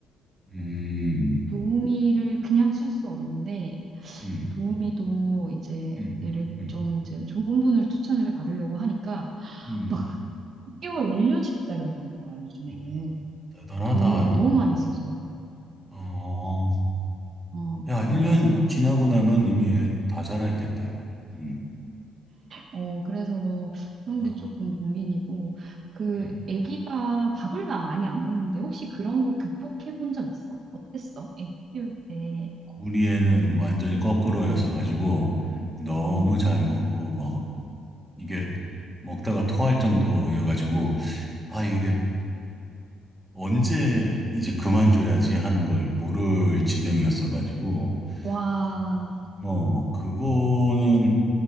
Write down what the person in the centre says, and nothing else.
음,
음,
음,
음, 음,
음.
음. 대단하다
이거.
어,
야,
1년 지나고 나면 이미 애 다 자라있겠다. 야. 음,
어,
음.
우리 애는 완전히 거꾸로여서 가지고 너무
잘 먹고 뭐 이게 먹다가 토할 정도여가지고, 아, 이게 언제 이제 그만줘야지 하는 걸 모를 지경이었어가지고,
그, 어, 그거는